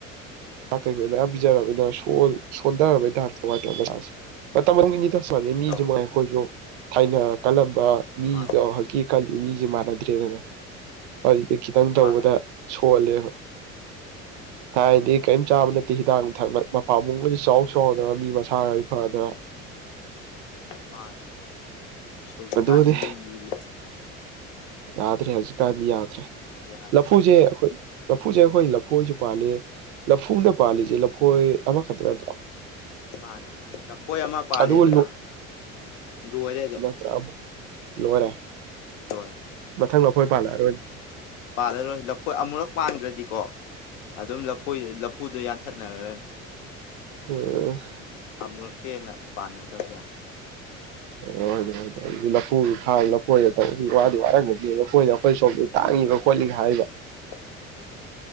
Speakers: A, on the right; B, on the left.
A: ꯇꯀꯩ ꯈꯗꯕꯤꯖꯥꯔ ꯁꯣ ꯁꯣꯟꯗꯥꯔ ꯇ ꯃꯇꯝ ꯑꯃꯅꯤꯗꯁꯨꯃꯥꯟꯅꯩ ꯃꯤꯁꯨ
B: ꯇꯧꯋꯦ
A: ꯃꯥꯏ ꯑꯩꯈꯣꯏꯁꯨ ꯊꯥꯏꯅ ꯀꯜꯂꯝꯕ ꯃꯤꯗꯣ
B: ꯃꯥꯅꯦ
A: ꯍꯧꯖꯤꯛꯀꯤ ꯈꯜꯂꯤ ꯃꯤꯁꯦ ꯃꯥꯟꯅꯗ꯭ꯔꯦꯗꯅ ꯍꯧꯖꯤꯛꯇꯤ ꯈꯤꯇꯪ ꯇꯧꯕꯗ
B: ꯃꯥꯟꯅꯗ꯭ꯔꯦ
A: ꯁꯣꯜꯂꯦꯕ ꯍꯥꯏꯗꯤ
B: ꯎꯝ
A: ꯆꯥꯕ ꯅꯠꯇꯦ ꯍꯤꯗꯥꯛ ꯊꯛ ꯃꯄꯥ ꯃꯨꯡꯒꯁꯨ ꯆꯥꯎ ꯆꯥꯎꯗꯕ ꯃꯤ ꯃꯁꯥ ꯈꯗꯤ ꯐꯗꯅ
B: ꯃꯥ ꯁꯣꯏꯁꯨ
A: ꯑꯗꯨꯅꯤ
B: ꯀꯥꯏꯉ ꯃꯤ
A: ꯌꯥꯗ꯭ꯔꯦ ꯍꯧꯖꯤꯛꯀꯥꯟꯗꯤ ꯌꯥꯗ꯭ꯔꯦ
B: ꯌꯥꯗ꯭ꯔꯦ
A: ꯂꯐꯨꯁꯦ ꯑꯩꯈꯣꯏ ꯂꯐꯨꯁꯦ ꯑꯩꯈꯣꯏ ꯂꯐꯣꯏꯁꯨ ꯄꯥꯜꯂꯤ ꯂꯐꯨꯅ ꯄꯥꯜꯂꯤꯁꯦ ꯂꯐꯣꯏ ꯑꯃꯈꯛꯇ ꯅꯠꯇ꯭ꯔꯣ
B: ꯃꯥꯅꯦ ꯂꯐꯣꯏ ꯑꯃ ꯄꯥꯜꯂꯤꯗꯅ
A: ꯑꯗꯨꯒ
B: ꯂꯣꯏꯔꯦꯗꯣ
A: ꯨꯛ ꯂꯣꯏꯔꯦ
B: ꯂꯣꯏꯔꯦ
A: ꯃꯊꯪ ꯅꯈꯣꯏ ꯄꯥꯜꯂꯛꯑꯔꯣꯏ
B: ꯄꯥꯜꯂꯔꯣꯏ ꯂꯐꯣꯏ ꯑꯃꯨꯔꯛ ꯄꯥꯟꯈ꯭ꯔꯗꯤꯀꯣ ꯑꯗꯨꯝ ꯂꯐꯣꯏ ꯂꯐꯨꯗꯣ ꯊꯠꯅꯈ꯭ꯔꯅꯤ
A: ꯍꯣꯏꯅꯦ
B: ꯄꯥꯃꯨꯔꯛꯇꯦꯅ ꯄꯥꯟꯅꯗꯕꯖꯥ
A: ꯑꯣ ꯍꯣꯏ ꯍꯣꯏ ꯑꯗꯨ ꯂꯐꯨꯁꯨ ꯊ ꯂꯐꯣꯏꯒ ꯇꯧꯕ ꯋꯥꯗꯤ ꯋꯥꯔꯝꯗꯗꯤ ꯂꯐꯣꯏꯗ ꯑꯩꯈꯣꯏ ꯁꯣꯝꯗ ꯊꯥꯛ ꯈꯪꯒ ꯈꯣꯠꯂꯤꯒ ꯍꯥꯏꯔꯤꯕ
B: ꯍ